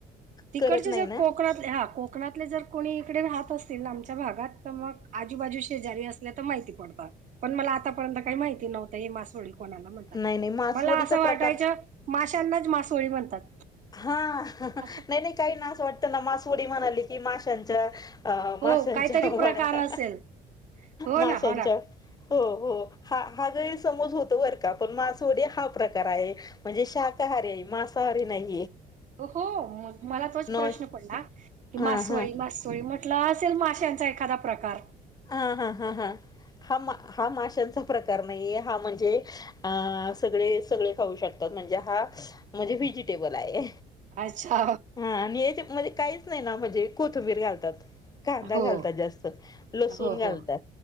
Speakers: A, on the right; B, on the left.
A: तिकडचे
B: करत नाही
A: जे
B: ना
A: कोकणातले हा को कोकणातले जर कोणी इकडे राहत असतील आमच्या भागात तर मग आजूबाजू शेजारी असल्या तर माहिती पडतात पण मला आतापर्यंत काही माहिती नव्हत हे मासोळी कोणाला म्हणतात
B: नाही नाही मासवडीचा
A: मला असं वाटायच
B: प्रकार
A: माशांनाच मासळी म्हणतात
B: हा
A: असं
B: नाही नाही काही ना असं वाटतं ना मासवडी म्हणाली की माशांच्या अ
A: हो
B: माशांच्या
A: काहीतरी प्रकार
B: वाड्या
A: असेल हो
B: माशांच्या
A: ना हो ना
B: हो हो हा हा गैरसमज होत बर का पण मासवडी हा प्रकार आहे म्हणजे शाकाहारी आहे मांसाहारी नाही
A: हो मला तोच
B: नॉन
A: प्रश्न पडला की
B: हा
A: मासवळी
B: हा
A: मासवळी म्ह असेल माश्यांचा एखादा प्रकार
B: हा हा हा हा हा हा माशांचा प्रकार नाहीे हा म्हणजे अ सगळे सगळे खाऊ शकतात म्हणजे हा म्हणजे व्हेजीटेबल आहे
A: अच्छा
B: हा आणि याच्या म्धी काहीच नाही नाण कोथमीर घालतात कांदा
A: हो
B: घालतात जास्त लसुण
A: हो
B: घालतात
A: हो